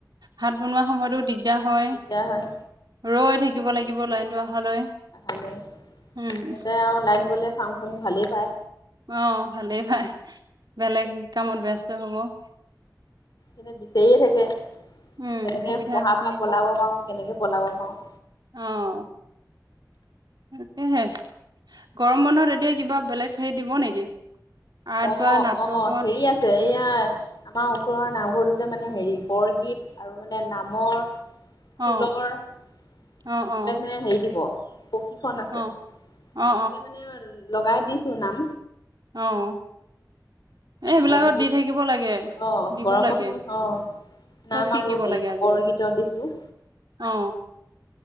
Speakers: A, on the right; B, on the left.
A: ভাত বনোৱা সময়তোত দিগদাৰ হয়।
B: দিগদাৰ হয়
A: ৰৈ থাকি থাকিব লাগিব লাইনতটো
B: উম।
A: অহালৈ
B: আহালৈ
A: উম।
B: ইয়াতে আৰু লাইন গ'লে ফাং ফুং ভালেই পায়।
A: অ' ভালেই ভাই বেলেগ কামত ব্যস্ত হব। <inaudible>
B: এনে বিচাৰে থাকে।
A: উম
B: তেনেকে
A: সুবিধা
B: পঢ়া
A: বিচাৰি
B: পা পলাব পাৰো, কেনেকে পলাব‌ পাৰো
A: অ'। তাকেই। গৰম বন্ধত এদি য়ে, কিবা বেলেগ হেৰি, দিব নেকি? আৰ্ট
B: অ',
A: বা নাটকত
B: অ', হেৰি আছে এই য়া, আমাৰ ওচৰৰ নামঘৰটোতে মানে হেৰি, বৰগীত আৰু মানে নামৰ
A: অ
B: ফুলৰ এইবিলাক
A: অ অ
B: মানে হেৰি দিব প্ৰশিক্ষণ আছে,
A: অ অ অ
B: তাতে মানে লগাই দিছো নাম
A: অ'। এই সেইবিলাকত
B: বৰগীত
A: দি থাকিব লাগে
B: অ',
A: দিব
B: গৰম
A: লাগে
B: বন্ধত অ',
A: চব
B: নাম
A: শিকিব
B: আৰু হেৰি,
A: লাগে আজিকালি
B: বৰগীতৰ দিছো।
A: অ